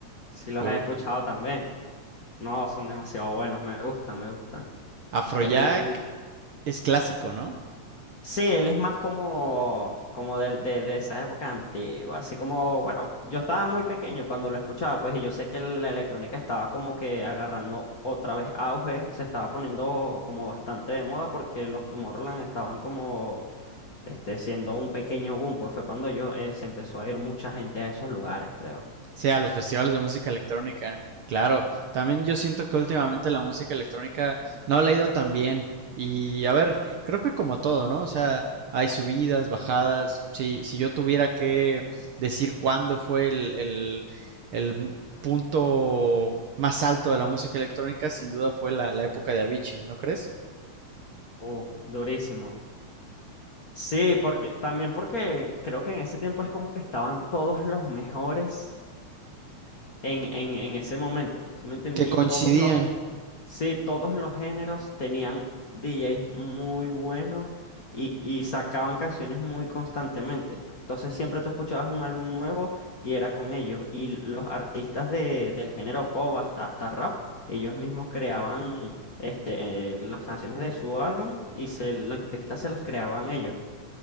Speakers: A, on the left; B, on the right.
A: sí los
B: Uh,
A: he escuchado también. No, son demasiado buenos, me gustan, me gustan.
B: Afrojack
A: El, el,
B: es clásico, ¿no?
A: Sí, él es más como, como del- de, de esa época antigua, así como, bueno, yo estaba muy pequeño cuando lo escuchaba, pues, y yo sé que la electrónica estaba como que agarrando otra vez auge, se estaba poniendo como bastante de moda porque los Tomorrowland estaban como, este, siendo un pequeño boom, pues fue cuando yo, eh, se empezó a ir mucha gente a esos lugares, creo.
B: Sí, a los festivales de música electrónica. Claro, también yo siento que últimamente la música electrónica no le ha ido tan bien. Y a ver, creo que como todo, ¿no? O sea, hay subidas, bajadas. Si, si yo tuviera que decir cuándo fue el, el, el punto más alto de la música electrónica, sin duda fue la, la época de Avicii, ¿no crees?
A: Uf, durísimo. Sí, porque, también porque creo que en ese tiempo es como que estaban todos los mejores. en, en, en ese momento, ¿sí me entiendes?
B: Que
A: Y
B: coincidían
A: todos los, sí, todos los géneros tenían DJs muy buenos y, y sacaban canciones muy constantemente. Entonces siempre tú escuchabas un álbum nuevo y era con ellos. Y los artistas de, del género pop hasta, hasta rap, ellos mismos creaban este, eh, las canciones de su álbum y se, las pistas se las creaban ellos.